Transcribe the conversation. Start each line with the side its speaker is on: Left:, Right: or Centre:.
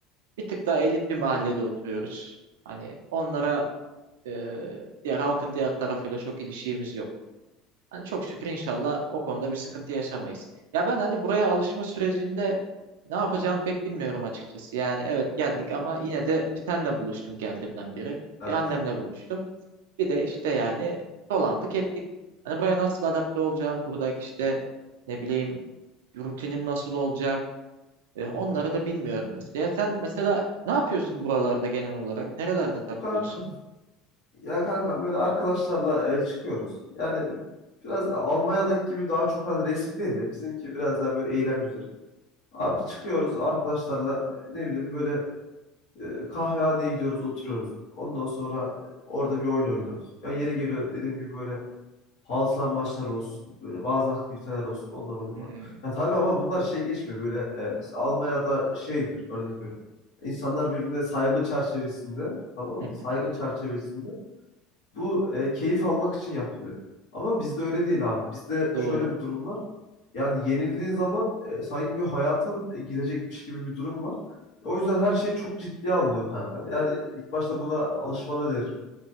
Right: bir tık daha elit bir mahallede oturuyoruz. Hani onlara e, diğer halkın diğer tarafıyla çok ilişiğimiz yok. Hani çok şükür inşallah o konuda bir sıkıntı yaşamayız. Ya ben hani buraya alışma sürecinde ne yapacağımı pek bilmiyorum açıkçası. Yani evet geldik ama yine de bir senle buluştum geldiğimden beri.
Left: Evet.
Right: Bir annemle buluştum. Bir de işte yani dolandık ettik. Hani buraya nasıl adapte olacağım? Buradaki işte ne bileyim rutinim nasıl olacak? E, onları
Left: Hı hı.
Right: da bilmiyorum mesela. Ya sen mesela ne yapıyorsun buralarda genel olarak? Nerelerde takılıyorsun?
Left: Kankam ya kankam böyle arkadaşlarla e, çıkıyoruz. Yani biraz Almanya'daki gibi daha çok hani resim değil de bizimki biraz daha böyle eğlence üzerine. Abi
Right: <laughs>
Left: çıkıyoruz arkadaşlarla e, ne bileyim böyle e, kahvehaneye gidiyoruz oturuyoruz. Ondan sonra e, orada bir oyun oynuyoruz. Ya yeri geliyor dediğim gibi böyle Halı saha maçları olsun, böyle bazı aktiviteler olsun, onlar oluyor
Right: Hmm,
Left: falan. Ya tabii ama bunlar şey geçmiyor böyle e, mesela Almanya'da şeydir örnek veriyorum. İnsanlar birbirine saygı çerçevesinde tamam
Right: <laughs>
Left: mı? Saygı çerçevesinde bu e, keyif almak için yapılıyor. Ama bizde öyle değil abi. Bizde
Right: Doğru.
Left: şöyle bir durum var. Yani yenildiğin zaman e, sanki bir hayatın e, gidecekmiş gibi bir durum var. O yüzden her şey çok ciddiye alınıyor kanka. Yani ilk başta buna alışmanı öneririm.